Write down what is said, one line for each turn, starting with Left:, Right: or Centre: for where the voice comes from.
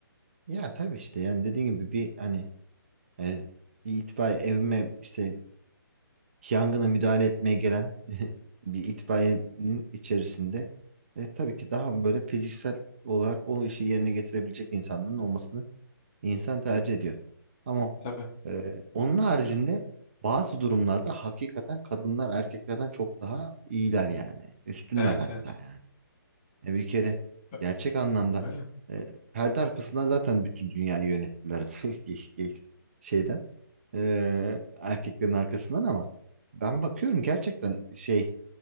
Right: Ya tabii işte yani dediğin gibi bir hani e, bir itfaiye evime işte yangına müdahale etmeye gelen <laughs> bir itfaiyenin içerisinde e, tabii ki daha böyle fiziksel olarak o işi yerine getirebilecek insanların olmasını insan tercih ediyor. Ama
Left: Tabii.
Right: e, onun haricinde bazı durumlarda hakikaten kadınlar erkeklerden çok daha iyiler yani. Üstünler
Left: Evet
Right: hatta
Left: evet.
Right: yani. E bir kere
Left: Ö-
Right: gerçek anlamda
Left: Öyle.
Right: e, perde arkasında zaten bütün dünyayı yönettiler <laughs> Ge- ge- şeyden e, erkeklerin arkasından ama ben bakıyorum gerçekten şey